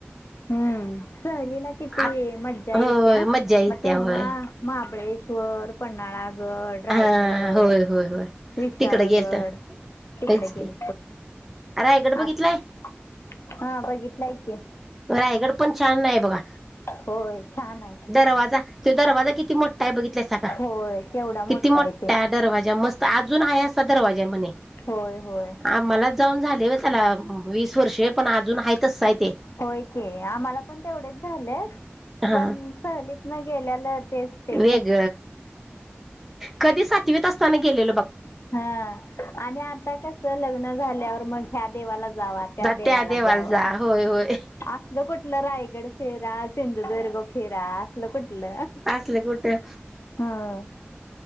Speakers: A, on the left; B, in the centre.
A: हम्म सहलीला किती
B: आ
A: मज्जा
B: होय
A: येत्या
B: मज्जा येत्या
A: मग तेव्हा
B: होय
A: महाबळेश वर पन्हाळा गड रायगड
B: हा होय होय होय
A: विशाळगड
B: तिकडे गेलत
A: तिकडे
B: तेच
A: गेल
B: की रायगड बघितलाय
A: हा बघितलाय की
B: रायगड पण छान आहे बघा
A: होय छान आहे
B: दरवाजा त दरवाजा किती मोठ ठा हाय बघितलायसा का?
A: होय केवढा
B: किती मोठा
A: ते
B: आहे दरवाजा मस्त अजून आहे असा दरवाज हाय म्हणे
A: होय होय
B: आम्हालाच जाऊन झाले बघ त्याला वीस वर्षे पण अजून आहे तस आहे ते
A: होय की आम्हाला पण तेवढेच झाले
B: हा
A: पण सहलीत न गेल्याला तेच ते
B: वेग कधी सातवीत असता गेले
A: हा आणि आता कस लग्न झाल्यावर मग ह्या देवाला त्या
B: जा
A: देवाला जावा
B: जा होय होय
A: असलं कुठलं रायगड फेरा सिंधुदग र्ग फेरा असल कुठलं
B: असलं कुठं
A: हम्म